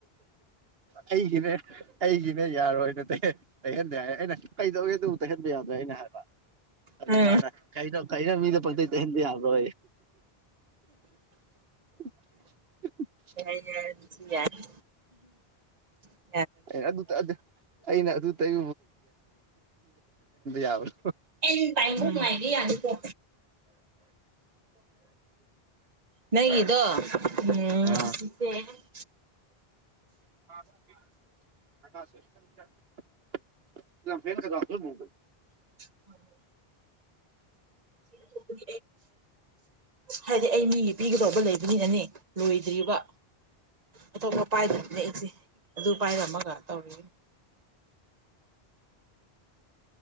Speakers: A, on the right; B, on the right.
A: ꯍꯩꯒꯗꯦ ꯑꯩꯒꯤꯅ ꯌꯥꯔꯣꯏꯅ ꯇꯩꯍꯟꯗꯦ ꯍꯥꯏ ꯑꯩꯅ ꯀꯩꯗꯧꯏꯦ ꯑꯗꯨꯕꯨ ꯇꯩꯍꯟꯕ ꯌꯥꯗ꯭ꯔꯦ ꯑꯩꯅ ꯍꯥꯏꯕ ꯑꯗꯨꯗ
B: ꯎꯝ
A: ꯃꯥꯅ ꯀꯩꯅꯣ ꯀꯩꯅꯣ ꯃꯤꯗ ꯄꯜꯇꯩꯦ ꯌꯥꯎꯕ <unintelligible>
B: ꯌꯥꯁꯤ ꯌꯥ
A: ꯑꯩꯅ ꯑꯩꯅ ꯑꯗꯨ ꯇꯩ ꯌꯥꯕ꯭ꯔꯣ
B: ꯟ ꯇꯥꯏ ꯅꯨꯡꯉꯥꯏꯒ ꯌꯥꯅꯤꯣ ꯅꯪꯒꯤꯗꯣ ꯎꯝ
A: ꯑꯥ
B: <inaudible>
A: <inaudible> ꯐꯦ ꯀꯗ ꯃ
B: <inaudible> ꯑꯇꯣꯞꯄꯗꯤ ꯍꯥꯏꯗꯤ ꯑꯩ ꯃꯤ ꯄꯤꯒꯗꯧꯕ ꯂꯩꯕꯅꯤꯅꯅꯦ ꯂꯣꯏꯗ꯭ꯔꯤꯕ ꯑꯇꯣꯞꯄ ꯄꯥꯏꯗ꯭ꯔꯅꯤꯅꯦ ꯏꯁꯦ ꯑꯗꯨ ꯄꯥꯏꯔꯝꯃꯒ ꯇꯧꯔꯤꯅꯤ